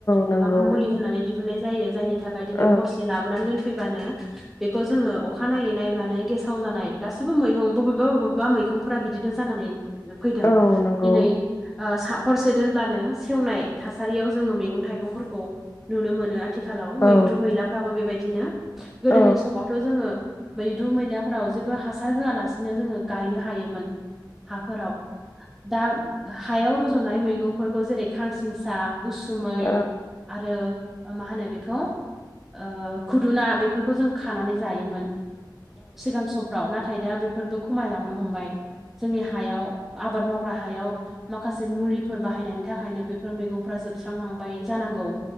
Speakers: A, on the left (about 35°); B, in the centre.
A: नंगौ
B: गोबां मुलि होननानै दिहनाय जायो जायनि थाखाय दिनै
A: औ
B: हरसे ला बोनानै दोनफैबानो बेखौ जोङो अखा नायै नायब्लानो गेसाव जानाय गासिबो मैगं बबेबा बबेबा मैगं फ्रा बिदिनो जानानै फैदों
A: औ नंगौ
B: दिनै
A: औ
B: ओ सा हरसे दोनब्लानो सेवनाय थासारियाव जोङो मैगं थाइगंफोरखौ नुनो मोनो आथिखालाव
A: औ
B: मैद्रु मैलाफ्राबो बेबायदिनो गोदोनि
A: औ
B: समावथ' जोङो मैद्रु मैलाफोराव जेबो हासार होआलासिनो जोङो गायनो हायोमोन। हाफोराव दा हायाव रज'नाय मैगंफोरखौ जेरै खांसिंसा उसुमै
A: औ
B: आरो मा होनो बेखो ओ खुदुना बेफोरखौ जों खानानै जायोमोन सिगां सम फाव नाथाय दा बेफोरबो खमायलांनो हमबाय जोंनि हायाव आबाद मावग्रा हायाव माखासे मुलिफोर बाहायनायनि थाखायनो बेफोर मैगंफ्रा जोबस्रांलांबाय जानांगौ।